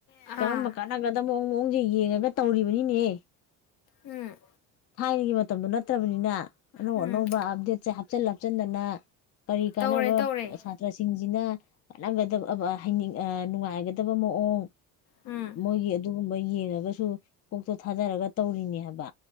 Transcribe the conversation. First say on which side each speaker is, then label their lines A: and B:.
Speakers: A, on the left; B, on the left.
A: ꯑꯥ
B: ꯀꯔꯝꯕ ꯀꯥꯟꯅꯒꯗꯕ ꯃꯑꯣꯡ ꯃꯑꯣꯡꯁꯦ ꯌꯦꯡꯉꯒ ꯇꯧꯔꯤꯕꯅꯤꯅꯦ
A: ꯎꯝ
B: ꯊꯥꯏꯅꯒꯤ ꯃꯇꯝꯗꯣ ꯅꯠꯇ꯭ꯔꯕꯅꯤꯅ
A: ꯎꯝ
B: ꯣ ꯅꯣꯕꯗꯦꯠꯁꯦ ꯍꯥꯞꯆꯤꯟ ꯍꯥꯞꯆꯤꯟꯗꯅ ꯀꯔꯤ ꯀꯥꯟꯅꯕ
A: ꯇꯧꯔꯦ ꯇꯧꯔꯦ
B: ꯁꯥꯇ꯭ꯔꯁꯤꯡ ꯁꯤꯅꯠꯒꯗ ꯍꯅꯤꯡ ꯅꯨꯡꯉꯥꯏꯒꯗꯕ ꯃꯑꯣꯡ
A: ꯎꯝ
B: ꯃꯣꯏꯒꯤ ꯑꯗꯨꯒꯨꯝ ꯌꯦꯡꯉꯒꯁꯨ ꯀꯣꯛꯇꯣ ꯊꯥꯗꯔꯒ ꯇꯧꯔꯤꯅꯦ ꯍꯥꯏꯕ